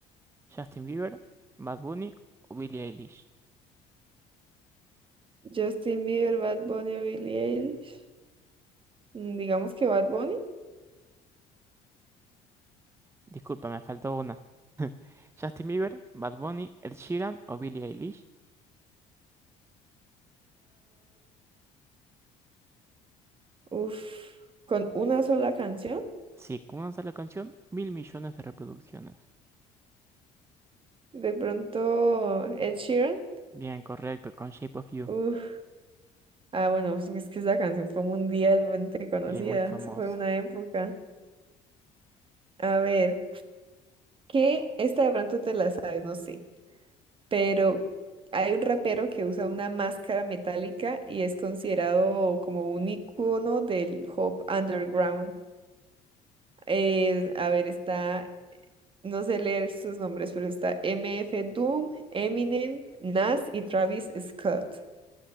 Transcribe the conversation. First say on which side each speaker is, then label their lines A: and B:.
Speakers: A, on the right; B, on the right.
A: ¿Justin Bieber, Bad Bunny o Billie Eilish?
B: Justin Bieber, Bad Bunny o Billie Eilish. Mm, Digamos que Bad Bunny.
A: Disculpa, me faltó una. <laughs> ¿Justin Bieber, Bad Bunny, Ed Sheeran o Billie Eilish?
B: Uf, con una sola canción,
A: Sí, con una sola canción, mil millones de reproducciones.
B: de pronto Ed Sheeran.
A: Bien, correcto, con Shape of You.
B: Uf, ah, bueno, es que esa canción fue mundialmente conocida,
A: Sí, muy famosa.
B: eso fue una época. A ver, que esta de pronto te la sabes, no sé, pero hay un rapero que usa una máscara metálica y es considerado como un icono del hop underground. Eh, a ver, está no sé leer sus nombres, pero está M F Doom, Eminem, Nas y Travis Scott.